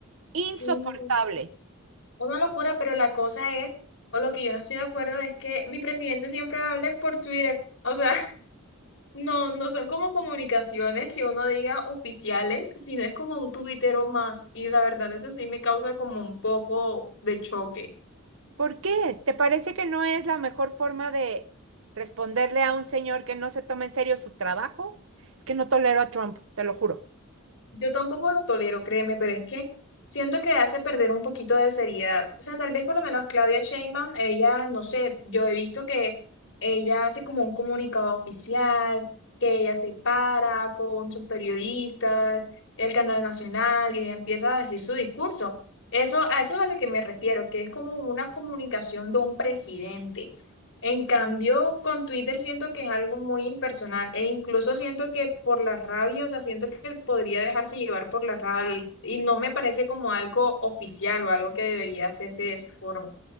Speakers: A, on the right (about 65°); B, on the left (about 60°).
A: insoportable.
B: mm, una locura, pero la cosa es, o lo que yo no estoy de acuerdo es que mi presidente siempre habla es por Twitter, o sea... No, no son como comunicaciones que uno diga oficiales, sino es como un tuitero más. Y la verdad, eso sí me causa como un poco de choque.
A: ¿Por qué? ¿Te parece que no es la mejor forma de responderle a un señor que no se toma en serio su trabajo? Es que no tolero a Trump, te lo juro.
B: Yo tampoco lo tolero, créeme, pero es que siento que hace perder un poquito de seriedad. O sea, tal vez por lo menos Claudia Sheinbaum, ella, no sé, yo he visto que ella hace como un comunicado oficial, que ella se para con sus periodistas, el canal nacional, y ella empieza a decir su discurso. Eso, a eso es a lo que me refiero, que es como una comunicación de un presidente. En cambio, con Twitter siento que es algo muy impersonal e incluso siento que por la rabia, o sea, siento que podría dejarse llevar por la rabia y, y no me parece como algo oficial o algo que debería hacerse de esa forma.